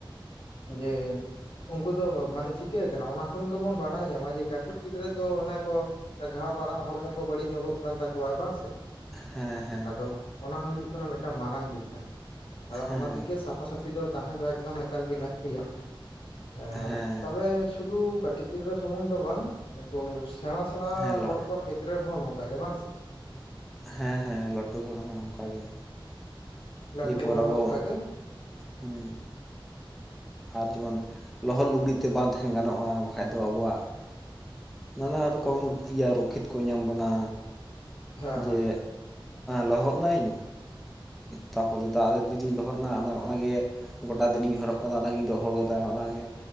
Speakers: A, on the left; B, in the centre.
A: ᱡᱮ ᱩᱱᱠᱩ ᱫᱚ ᱢᱟᱱᱮ ᱪᱤᱠᱟᱹ ᱠᱟᱱᱟ ᱚᱱᱟ ᱠᱷᱚᱱ ᱜᱮᱵᱚᱱ ᱵᱟᱲᱟᱭ ᱧᱟᱢᱟ ᱡᱮ ᱠᱟᱹᱴᱤᱡ ᱜᱤᱫᱽᱨᱟᱹ ᱫᱚ ᱚᱱᱮ ᱠᱚ ᱟᱴᱜᱷᱟᱣ ᱵᱟᱲᱟᱜ ᱦᱚᱲᱢᱚ ᱠᱚ ᱵᱟᱹᱲᱤᱡ ᱧᱚᱜᱚᱜ ᱠᱟᱱ ᱛᱟᱠᱚᱣᱟ ᱵᱟᱝ ᱥᱮ
B: ᱦᱮᱸ ᱦᱮᱸ
A: ᱟᱫᱚ ᱚᱱᱟ ᱦᱳᱭᱳᱜ ᱠᱟᱱᱟ ᱢᱤᱫᱴᱟᱝ ᱢᱟᱨᱟᱝ ᱫᱤᱠ ᱠᱟᱱᱟ ᱟᱫᱚ
B: ᱦᱮᱸ
A: ᱚᱱᱟ ᱛᱮᱜᱮ ᱥᱟᱯᱷᱟ ᱥᱟᱯᱷᱤ ᱫᱚ ᱛᱟᱦᱮᱸ ᱫᱚ ᱮᱠᱫᱚᱢ ᱮᱠᱟᱞ ᱜᱮ ᱞᱟᱹᱠᱛᱤᱭᱟ ᱮ
B: ᱦᱮᱸ
A: ᱛᱚᱵᱮ ᱥᱩᱫᱷᱩ ᱠᱟᱹᱴᱤᱡ ᱜᱤᱫᱽᱨᱟᱹ ᱥᱩᱢᱩᱝ ᱫᱚ ᱵᱟᱝ ᱩᱱᱠᱩ ᱥᱮᱬᱟ ᱥᱮᱬᱟ
B: ᱦᱮᱸ ᱞᱟ
A: ᱦᱚᱲ ᱠᱚᱣᱟᱜ ᱠᱷᱮᱛᱨᱮ ᱨᱮᱦᱚᱸ ᱱᱚᱝᱠᱟ ᱜᱮ ᱵᱟᱝ ᱥᱮ
B: ᱦᱮᱸ ᱦᱮᱸ ᱞᱟᱹᱴᱩ ᱦᱚᱲ ᱦᱚᱸ ᱚᱱᱠᱟ ᱜᱮ
A: ᱞᱟᱹᱴᱷᱩ
B: ᱱᱤᱯᱚᱨ
A: ᱦᱚᱲ
B: ᱟᱵᱚ
A: ᱦᱚᱸ ᱚᱱᱠᱟ ᱜᱮ
B: ᱦᱮᱸ ᱟᱨ ᱡᱮᱢᱚᱱ ᱞᱚᱦᱚᱫ ᱞᱩᱜᱽᱲᱤᱡᱛᱮ ᱵᱟᱝ ᱛᱟᱦᱮᱱ ᱜᱟᱱᱚᱜᱼᱟ ᱵᱟᱠᱷᱟᱡ ᱫᱚ ᱟᱵᱚᱣᱟᱜ ᱱᱟᱱᱟ ᱨᱚᱠᱚᱢ ᱤᱭᱟᱹ ᱨᱚᱠᱠᱷᱤᱛ ᱠᱚ ᱧᱟᱢ ᱵᱚᱱᱟ
A: ᱦᱮᱸ
B: ᱡᱮ
A: ᱦᱮᱸ ᱦᱮᱸ
B: ᱞᱚᱦᱚᱫ ᱱᱟᱭ ᱛᱟᱯᱚᱨ ᱫᱟᱜ ᱨᱮ ᱡᱩᱫᱤᱧ ᱞᱚᱦᱚᱫ ᱮᱱᱟ ᱚᱱᱟᱜᱮ ᱜᱳᱴᱟ ᱫᱤᱱᱤᱧ ᱦᱚᱨᱚᱜ ᱠᱟᱫᱟ ᱚᱱᱟᱜᱤᱧ ᱨᱚᱦᱚᱲ ᱠᱟᱫᱟ ᱚᱱᱟᱜᱮ